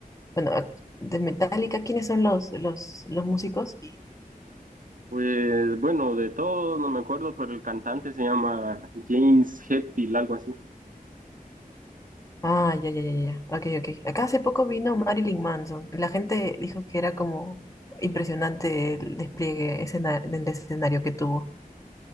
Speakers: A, on the left (about 20°); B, on the right (about 65°).
A: Bueno, ac- de Metallica, ¿quiénes son los, los, los músicos?
B: Pues bueno, de todo no me acuerdo, pero el cantante se llama James Hetfield, algo así.
A: Ah, ya, ya, ya, ya. ya. Ok, ok. Acá hace poco vino Marilyn Manson. La gente dijo que era como impresionante el despliegue escena- del escenario que tuvo.